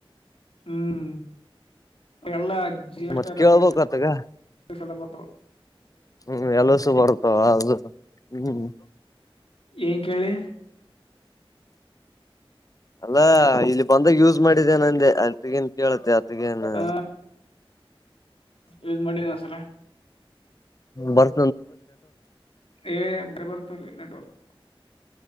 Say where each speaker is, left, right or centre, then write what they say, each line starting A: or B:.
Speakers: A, on the left; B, on the left.
A: ಹ್ಮ್ ಎಲ್ಲಾ ಜೀವಸ್
B: ಮತ್ ಕೇಳ್ಬಕ್ತ್ತಗ
A: ನ ಎಲ್ಲ ಬರ್ತವ
B: ಹ್ಮ್ ಎಲಸು ಬರ್ತಾವ ಅದು ಹ್ಮ್
A: ಏನ್ ಕೇಳಿ
B: ಅಲ್ಲ ಇಲ್ಲಿ ಬಂದಾಗ ಯೂಸ್ ಮಾಡಿದ್ದ ನಂದೆ ಅಗಿಂತ ಕೇಳ್ತೆ ಅತ್ತೀಗೆನ
A: ಹ ಯೂಸ್ ಮಾಡಿನಿ ವನಸಲ
B: ಬರ್
A: ಏ ಬರ ಬರುತಲ್ಲಿ ನೆಟ್ವರ್ಕ್